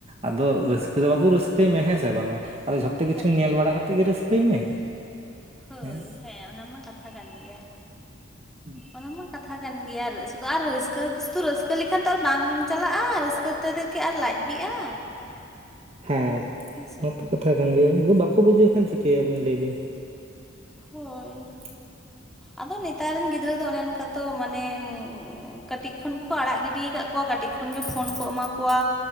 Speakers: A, on the right (about 30°); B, in the centre.
A: ᱟᱫᱚ ᱨᱟᱹᱥᱠᱟᱹ ᱫᱚ ᱵᱟᱵᱩ ᱨᱟᱹᱥᱠᱟᱹᱭ ᱢᱮ ᱦᱮᱸ ᱥᱮ ᱵᱟᱝᱟ ᱟᱫᱚ ᱡᱷᱚ ᱛᱚ ᱠᱤᱪᱷᱩ
B: ᱦᱮᱸ
A: ᱧᱮᱞ ᱵᱟᱲᱟ ᱠᱟᱛᱮᱫ ᱜᱮ ᱨᱟᱹᱥᱠᱟᱹᱭ ᱢᱮ
B: ᱦᱳᱭ
A: ᱦᱮᱸ᱾
B: ᱦᱮᱸ ᱚᱱᱟ ᱢᱟ ᱠᱟᱛᱷᱟ ᱠᱟᱱ ᱜᱮᱭᱟ᱾
A: <inaudible>
B: ᱚᱱᱟ ᱢᱟ ᱠᱟᱛᱷᱟ ᱠᱟᱱ ᱜᱮᱭᱟ ᱟᱨ ᱥᱩᱫᱷᱩ ᱟᱨ ᱨᱟᱹᱥᱠᱟᱹ ᱥᱩᱫᱷᱩ ᱨᱟᱹᱥᱠᱟᱹ ᱞᱮᱠᱷᱟᱱ ᱛᱚ ᱟᱨ ᱵᱟᱝ ᱪᱟᱞᱟᱜᱼᱟ ᱨᱟᱹᱥᱠᱟᱹ ᱛᱮ ᱠᱤ ᱟᱨ ᱞᱟᱡ ᱵᱤᱜᱼᱟ?
A: ᱦᱮᱸ
B: ᱥᱮ
A: ᱚᱱᱟ
B: ᱵᱟᱝ
A: ᱛᱚ ᱠᱟᱛᱷᱟ ᱠᱟᱱ ᱜᱮᱭᱟ ᱟᱫᱚ ᱵᱟᱠᱚ ᱵᱩᱡᱷᱟᱹᱣ ᱠᱷᱟᱱ ᱪᱤᱠᱟᱹᱭᱟᱵᱤᱱ ᱞᱟᱹᱭ ᱵᱤᱱ? <inaudible>
B: ᱦᱳᱭ ᱟᱫᱚ ᱱᱮᱛᱟᱨ ᱨᱮᱱ ᱜᱤᱫᱽᱨᱟᱹ ᱫᱚ ᱚᱱᱮ ᱚᱱᱠᱟ ᱛᱚ ᱢᱟᱱᱮ ᱠᱟᱹᱴᱤᱡ ᱠᱷᱚᱱ ᱜᱮᱠᱚ ᱟᱲᱟᱜ ᱜᱤᱰ ᱠᱟᱫ ᱠᱚᱣᱟ ᱠᱟᱹᱴᱤᱡ ᱠᱷᱚᱱᱜᱮ ᱯᱷᱳᱱ ᱠᱚ ᱮᱢᱟ ᱠᱚᱣᱟ᱾